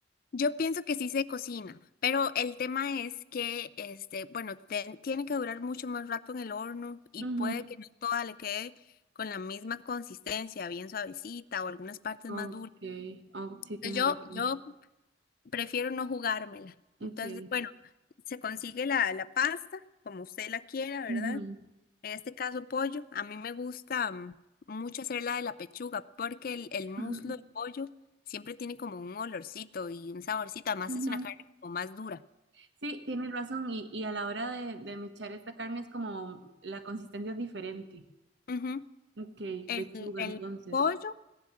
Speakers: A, on the left; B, on the right.
A: Yo pienso que sí se cocina, pero el tema es que, este, bueno, te- tiene que durar mucho más rato en el horno y
B: Ujú.
A: puede que no toda le quede con la misma consistencia, bien suavecita o algunas partes
B: Ok,
A: más duras.
B: oh, sí tienes
A: Entonces, Yo,
B: razón.
A: yo prefiero no jugármela.
B: Ok.
A: Entonces, bueno, se consigue la, la pasta como usted la quiera, ¿verdad?
B: Ujú.
A: En este caso, pollo. A mí me gusta mm, mucho hacer la de la pechuga porque el, el muslo
B: Ajá.
A: de pollo siempre tiene como un olorcito y un saborcito. Además,
B: Ujú.
A: es una carne como más dura.
B: Sí, tienes razón. Y, y a la hora de, de mechar esta carne es como la consistencia es diferente.
A: <clears throat> Ujú.
B: Ok,
A: El,
B: pechuga,
A: el
B: entonces.
A: pollo,